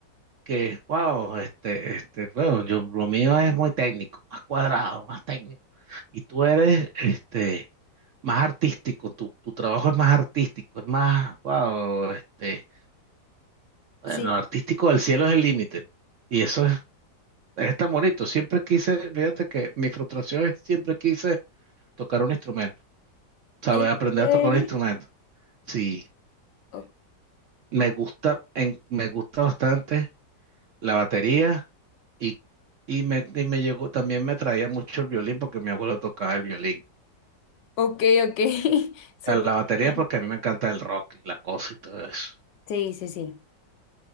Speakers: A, on the right; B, on the left.
A: que, wow, este, este, bueno, yo, lo mío es muy técnico, más cuadrado, más técnico, y tú eres, este, más artístico, tu, tu trabajo es más artístico, es más, wow, este, bueno,
B: Sí,
A: artístico del cielo es el límite, y eso es, es tan bonito, siempre quise, fíjate que mi frustración es siempre quise tocar un instrumento, saber
B: ¿en
A: aprender
B: serio?
A: a tocar un instrumento, sí,
B: O-
A: Me gusta, en- me gusta bastante la batería y, y me, y me llegó, también me traía mucho el violín porque mi abuelo tocaba el violín.
B: Ok, ok, <laughs> súper
A: A la batería
B: bien.
A: porque a mí me encanta el rock y la cosa y todo eso.
B: Sí, sí, sí.